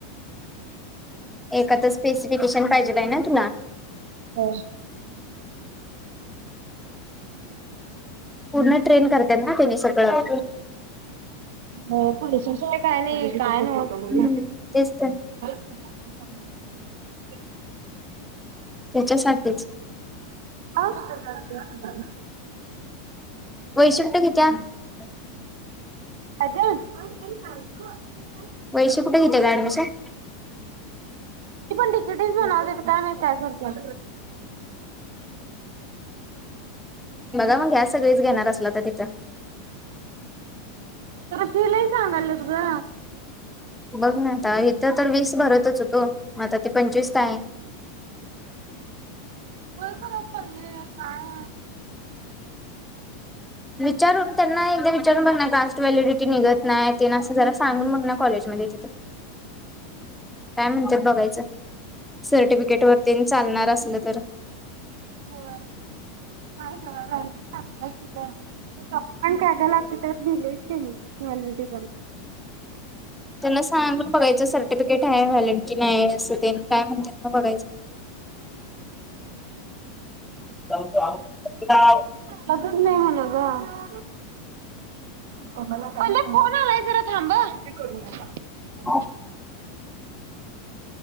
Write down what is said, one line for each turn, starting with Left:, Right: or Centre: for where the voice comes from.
Centre: एकातचं स्पेसिफिकेशन पाहिजे आहे ना तुला?
Right: हो.
Centre: पूर्ण ट्रेन करत्यात ना त्यांनी सगळं
Right: अ पोलिसांशिवाय काय नाही काय नव्हच
Centre: हम्म तेच तर
Right: <unintelligible>
Centre: त्याच्यासाठीच.
Right: हा <unintelligible>
Centre: वैशी कुठं घेतल्या <unintelligible>
Right: अग <unintelligible>
Centre: वैशी कुठे घेत्या ग ऍडमिशन
Right: ती पण डीकेटी चं म्हणालती काय माहित काय करत्या
Centre: बघा मग घ्या सगळीचं घेणार असलां तर तिथं
Right: फी लई सांगाल्यात ग
Centre: बघ ना आता इथं तर वीस भरतच होतो मग आता ते पंचवीस काय <inaudible>
Right: खरा पले काय
Centre: विचारून त्यांना एकदा विचारून बघ ना कास्ट व्हॅलिडिटी निघत नाही तेन असं जरा सांगून बघ ना कॉलेज मध्ये तिथं काय म्हणत्यात बघायचं सर्टिफिकेट वर तेन चालणार असलं तर
Right: हो मा स तिथ <inaudible> डॉक्युमेंट काय काय लागत्यात त्यात लिहिलंय की व्हालिडिटी
Centre: त्यांना सांगुन बघायचं सर्टिफिक फिकीट हाय व्हॅलिडिटी नाही असं तेन काय म्हणत्यात बघायचं <inaudible>
Right: कळतच नाही होल का <inaudible> पले फोन आलाय जरा थांब हं
Centre: ओ